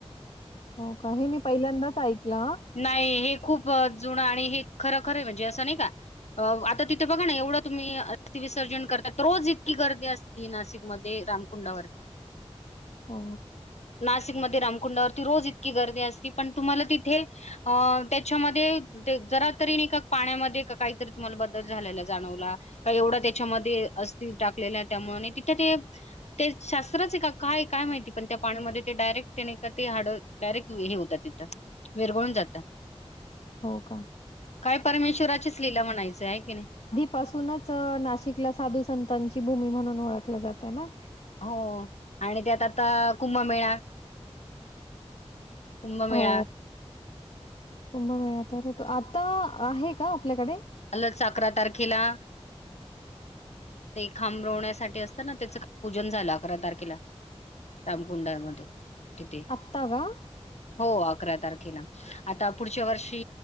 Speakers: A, on the left (about 70°); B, on the left (about 85°).
A: हो कां हे मी पहिल्यांदाच ऐकलं
B: नाहीं हे खूंप जुनं आणि हे खरं खरं म्हणजे असं नाहीं कां आंता तिथे बघां नां एवढं तुम्हीं अस्थि विसर्जन करतांत रोज इतकी गर्दी असते ती नाशिकमध्यें रामकुंडावरती
A: हो,
B: नाशिकमध्यें रामकुंडावरती रोज इतकी गर्दी असती पणं तुम्हांला तिथे अं त्यांच्यामध्ये ते जरां तरीने कां प्राण्यांमध्ये कांहीतरी तुम्हांला बंदल झालेला जाणंवला कांहीं एवढां त्यांच्यामध्ये अस्थ टाकलेला आहे त्यामुळें आणि तिथे ते ते शास्त्रांच आहे कां कायं कायं माहिती पणं त्यां पाण्यांमध्ये ते डायरेक्ट त्यांने कां ते हाडं डायरेक्ट हे होतं हसत्या तिथं विरबळूंन जातांत
A: हो का?
B: कायं परमेश्वराचीच ललीला म्हणायचं आहे की नाहीं
A: पासूंनच नाशिकला सांधू संतांची भूमी म्हणूंन ओळखलं जातं आहे नां
B: हो आणि त्यांत आंता कुंभमेळां कुंभमेळा
A: हो कुंभमेळां तरं होतो आंता आहे कां आपल्यांकडे
B: आलंच अकरां तारखेलां खांब रवण्यांसाठी असतं नां त्याचं पूजन झालं अकरां तारखेला रामकुंडामध्ये तिथे.
A: आत्ता का?
B: हो, अकरा तारखेला. आता पुढच्या वर्षी